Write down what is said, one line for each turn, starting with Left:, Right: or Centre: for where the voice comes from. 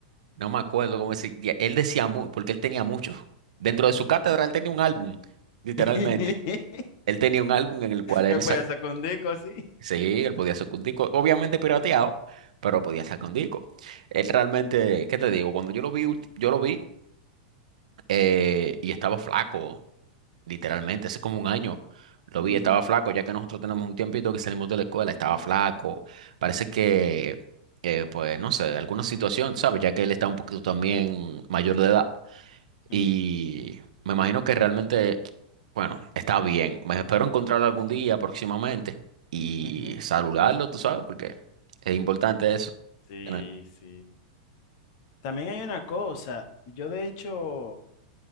Right: No me acuerdo cómo decía. Él decía, mu- porque él tenía muchos. Dentro de su cátedra, él tenía un álbum, literalmente.
Left: <laughs>
Right: Él tenía un álbum en el cual él,
Left: Después
Right: sa-
Left: sacó un disco así.
Right: sí, él podía sacar un disco, obviamente pirateado, pero podía sacar un disco. Él realmente, ¿qué te digo? Cuando yo lo vi, ulti- yo lo vi. eh, y estaba flaco, literalmente, hace como un año. Lo vi,
Left: Ujú,
Right: estaba flaco, ya que nosotros tenemos un tiempito que salimos de la escuela, estaba flaco. Parece que, eh, pues, no sé, alguna situación, ¿sabes? Ya que él está un poquito también mayor de edad.
Left: ujú,
Right: Y
Left: ujú,
Right: me imagino que realmente, bueno, está bien. Me espero encontrarlo algún día próximamente y
Left: ujú.
Right: saludarlo, tú sabes, porque es importante eso.
Left: Sí,
Right: tener-
Left: sí. También hay una cosa, yo de hecho